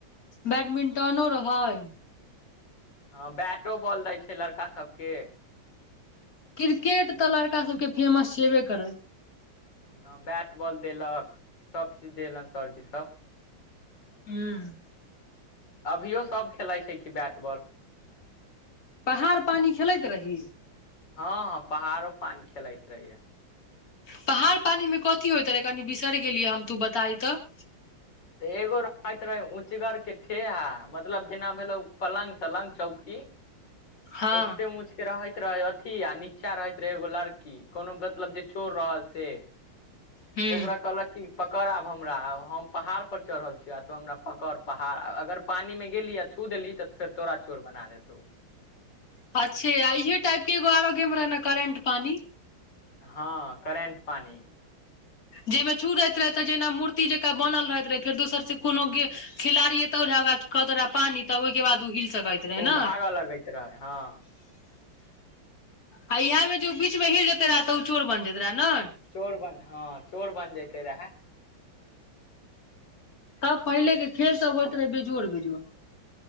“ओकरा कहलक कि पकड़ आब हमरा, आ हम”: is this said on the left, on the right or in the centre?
Left